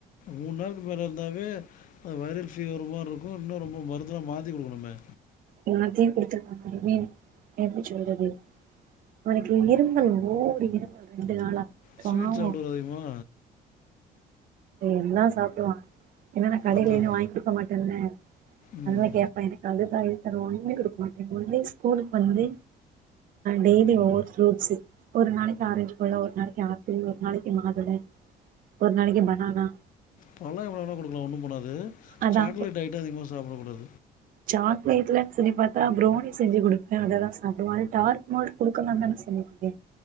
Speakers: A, on the left; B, on the right.
A: மூணு நாளைக்கு மேல இருந்தாலே அது வைரல் பீவர் மாரி இருக்கும் இன்னும் ரொம்ப மருந்து மாத்தி கொடுக்கணுமே
B: ல்லாத்தையும் கொடுத்துருக்குமே என்ன சொல்றது அவனுக்கு இருமல்ஓவர் இருமல் ரெண்டு நாளா பாவோ
A: ஸ்வீட்ஸ் சாப்படுவானா அதிகமா
B: எல்லாம் சாப்பிடுவான் ஏன்னா கடயிலேயும்
A: அதான்
B: வாங்கி கொடுக்க மாட்டேன்ல
A: ம்
B: அதல்லான் கேட்பேன் எனக்கு அதுதான் கொடுக்க மாட்டேங்க ஒன் ஸ்கூலுக்கு வந்து டெய்லி ஒவ்வொரு ஃப்ரூட்ஸ ஒரு நாளைக்கு ஆரஞ்சு பழம் ஒரு நாளைக்கு ஆப்பிள் ஒரு நாளைக்கு மாதுளை ஒரு நாளைக்கு ம ஆஹ்
A: பழம் எவ்ளோ வேணுனா குடுக்கலா ஒன்னும் பண்ணாது து
B: அதா
A: சாக்லேட் ஐட்டம் அதிகமா சாப்டக்கூடாது
B: சாக்லேட்லு சொல்லி பார்த்தா ப்ரோனி செஞ்சு கொடுப்பேன் அதான் சாப்படுவ அது டார்க் மால்ட் கொடுக்கலாம்னு தானே சொன்னீங்க